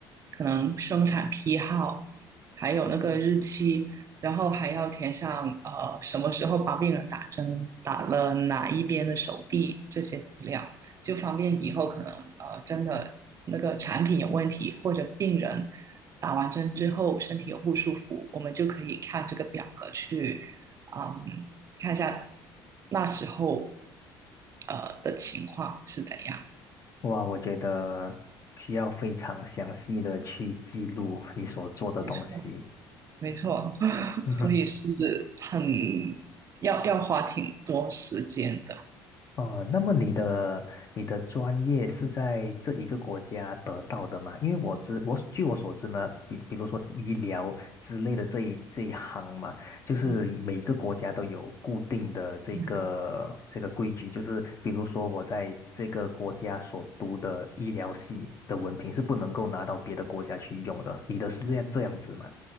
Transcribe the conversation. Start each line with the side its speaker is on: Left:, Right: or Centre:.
Right: 可能生产批号，还有那个日期，然后还要填上呃什么时候帮病人打针，打了哪一边的手臂这些资料，就方便以后可能呃真的那个产品有问题，或者病人打完针之后身体有不舒服，我们就可以看这个表格去。嗯。看一下那时候呃的情况是怎样。
Left: 哇，我觉得需要非常详细的去记录你所做的东西。
Right: 没错，没错，<laughs>
Left: <laughs>
Right: 所以是很要要花挺多时间的。
Left: 哦，那么你的你的专业是在这一个国家得到的吗？因为我知我据我所知呢，比比如说医疗之类的这一这一行嘛，就是每个国家都有固定的这个这个规矩，
Right: 嗯嗯
Left: 就是比如说我在这个国家所读的医疗系的文凭是不能够拿到别的国家去用的。你的是这样这样子吗？